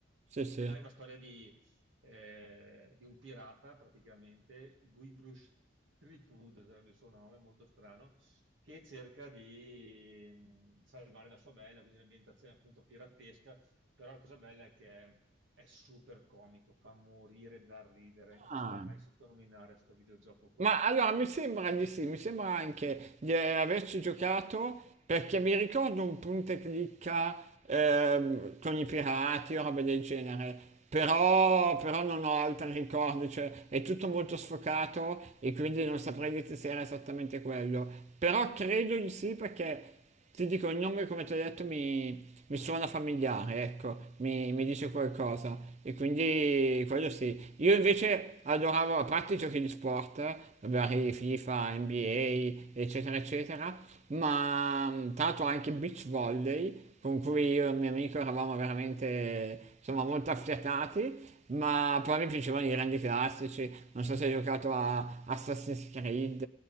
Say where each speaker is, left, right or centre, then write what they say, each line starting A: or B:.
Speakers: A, on the right; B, on the right.
A: sì sì.
B: E là è una storia di, eh, di un pirata praticamente, Guybrush Threepwood sarebbe il suo nome, molto strano, che cerca di mh, salvare la sua bella, quindi l'ambientazione appunto piratesca, però la cosa bella è che è super comico, fa morire dal ridere. Non
A: Ah,
B: so se l'hai mai sentito nominare questo videogioco qua.
A: ma allora mi sembra di sì, mi sembra anche di averci giocato perché mi ricordo un punto e clicca ehm, con i pirati o roba del genere, però, però non ho altri ricordi, cioè è tutto molto sfocato e quindi non saprei dire se era esattamente quello, però credo di sì perché ti dico, il nome, come ti ho detto, mi, mi suona familiare, ecco, mi, mi dice qualcosa. E quindi quello sì. Io invece adoravo, a parte i giochi di sport, eh, vari FIFA, NBA, eccetera, eccetera, ma mh, tanto anche beach volley, con cui io e il mio amico eravamo veramente, insomma, molto affiatati. Ma poi mi piacevano i grandi classici, non so se hai giocato a Assassin's Creed,